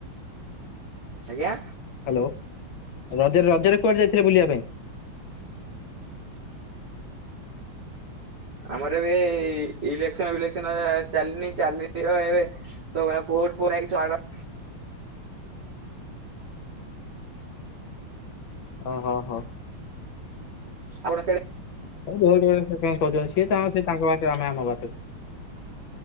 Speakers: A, on the right; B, on the left.
A: ଆଜ୍ଞା?
B: ହ୍ୟାଲୋ ରଜରେ, ରଜରେ କୁଆଡେ ଯାଇଥିଲେ ବୁଲିବା ପାଇଁ?
A: ଆମର ଏବେ-ଏ-ଏ-ଏ ଇଲେକ୍ସନ୍ ଫିଲେକ୍ସନ୍ ଚାଲିନି ଚାଲିବ ଏବେ ସମୟ ପ କୋଟ୍ ପରା ‌ହେଇକି ସ୍ବାଗ
B: <unintelligible> ଓ ହୋ ହୋ
A: ଆପଣଙ୍କ ସେଆଡେ଼
B: <inaudible> ସେ କଣ କହୁଛନ୍ତି ସିଏ ତାଙ୍କ ସେ ତାଙ୍କ ବାଟରେ ଆମେ ଆମ ବାଟରେ।